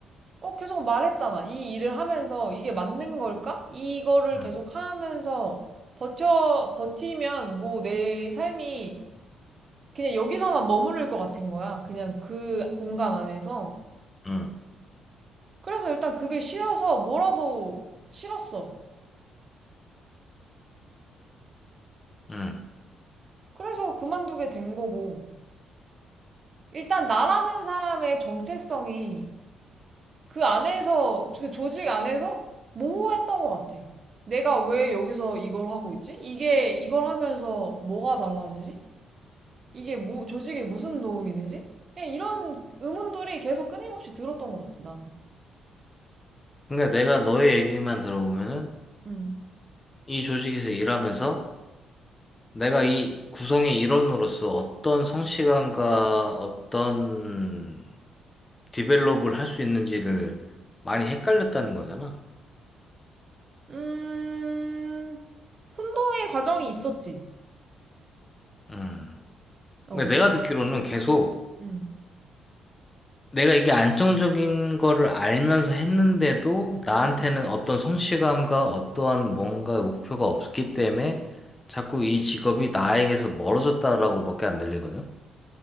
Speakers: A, on the right (about 40°); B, on the left (about 20°).
A: 어, 계속 말했잖아. 이 일을 하면서 이게 맞는 걸까? 이거를
B: 음,
A: 계속 하면서 버텨, 버티면 뭐 내 삶이 그냥 여기서만 머무를 것 같은 거야. 그냥 그 공간 안에서.
B: 응,
A: 그래서 일단 그게 싫어서 뭐라도 싫었어.
B: 응.
A: 그래서 그만두게 된 거고. 일단 나라는 사람의 정체성이 그 안에서, 그 조직 안에서 모호했던 것 같아. 내가 왜 여기서 이걸 하고 있지? 이게, 이걸 하면서 뭐가 달라지지? 이게 뭐, 조직에 무슨 도움이 되지? 그냥 이런 의문들이 계속 끊임없이 들었던 것 같아, 나는.
B: 그러니까 내가 너의 얘기만 들어보면은
A: 음.
B: 이 조직에서 일하면서 내가 이 구성의 일원으로서 어떤 성취감과 어떤 디벨롭을 할 수 있는지를 많이 헷갈렸다는 거잖아.
A: 음, 혼동의 과정이 있었지.
B: 응.
A: 어,
B: 근데 내가 듣기로는 계속
A: 음.
B: 내가 이게 안정적인 거를 알면서 했는데도 나한테는
A: 음.
B: 어떤 성취감과 어떠한 뭔가 목표가 없기 때문에 자꾸 이 직업이 나에게서 멀어졌다라고밖에 안 들리거든.